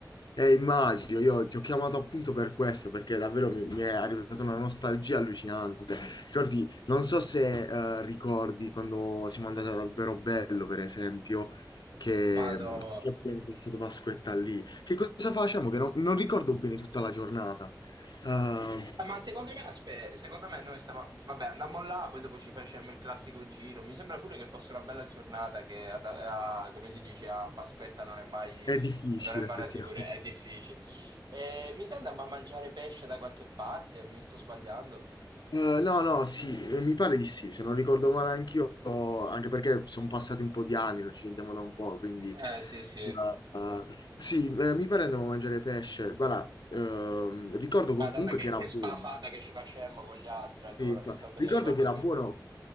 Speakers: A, on the left (about 75°); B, on the right (about 70°).
A: Eh, immagino, io ti ho chiamato appunto per questo, perché davvero mi, mi è arrivata una nostalgia allucinante. Ricordi, non so se eh, ricordi quando siamo andati ad Alberobello, per esempio, che
B: Madò.
A: mh, che appunto è stata Pasquetta lì. Che cosa facciamo? Che non, non ricordo bene tutta la giornata. Eh,
B: Eh, Ma secondo me, aspe- secondo me noi stavamo, vabbè, andammo là, poi dopo ci facemmo il classico giro. Mi sembra pure che fosse una bella giornata, che ad- a- come si dice a Pasquetta non è mai,
A: è difficile,
B: non è mai
A: effettivamente.
B: una sicurezza, è difficile. E mi sa andammo a mangiare pesce da qualche parte, mi sto sbagliando.
A: Eh, no, no, sì, eh, mi pare di sì, se non ricordo male anch'io, anche perché sono passati un po' di anni, non ci sentiamo da un po', quindi
B: Eh sì, sì.
A: eh, sì, eh, mi pare andavo a mangiare pesce. Guarda, ehm, ricordo comunque
B: Madonna, che,
A: che era
B: che
A: buono.
B: sbafata che ci facemmo con gli altri allora,
A: Sì, infa-
B: mi sa se
A: ricordo
B: mi ricordo
A: che era
B: bene.
A: buono